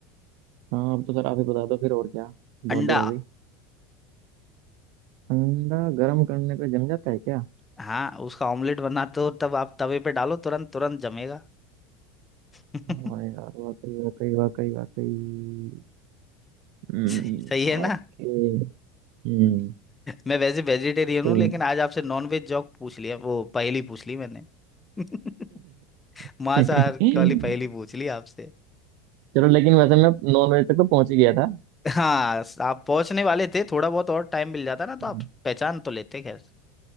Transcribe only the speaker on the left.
अंडा
हाँ उसका ऑमलेट बनाते हो तब आप तवे पे डालो तुरंत तुरंत जमेगा <laughs>
सही सही है
ना
मैं वैसे वेजिटेरियन
हूँ लेकिन आज आपसे नॉन वेज जॉक पूछ लिया वो पहेली पूछ ली मैंने <laughs>
मांसाहार वाली
पहेली पूछ ली आपसे
हाँ आप पहुंचने वाले थे थोड़ा बहुत और टाइम मिल जाता ना तो
आप पहचान तो लेते खैर